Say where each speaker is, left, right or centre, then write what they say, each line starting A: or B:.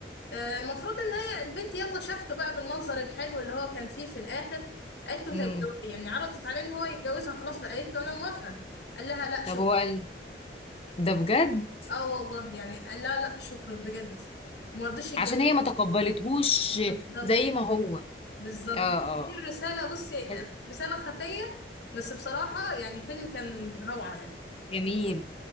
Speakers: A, on the left; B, on the left.
A: آه، المفروض ان هي البنت يلا شافته بقى بالمنظر الحلو اللي هو كان فيه في الاخر قالت له
B: امم
A: طب لو- يعني عرضت عليه ان هو يتجوزها خلاص قالت له انا موافقه قال لها لا شكرا
B: طب هو قال ده بجد
A: اه والله يعني قال لها لا شكرا بجد ما رضيش يتجوزها
B: عشان هي ما تقبلتهوش
A: بالظبط
B: زي ما هو
A: بالظبط
B: اه اه
A: هي دي الرساله بصي
B: بس
A: رساله خفيه بس بصراحه يعني فيلم كان روعه يعني
B: جميل